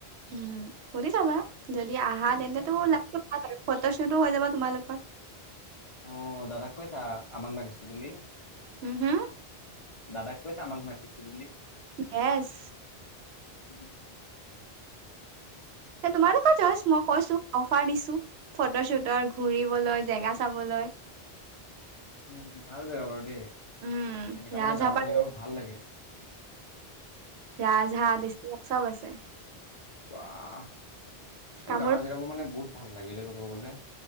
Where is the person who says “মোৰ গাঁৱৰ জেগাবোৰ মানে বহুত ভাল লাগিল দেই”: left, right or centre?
Left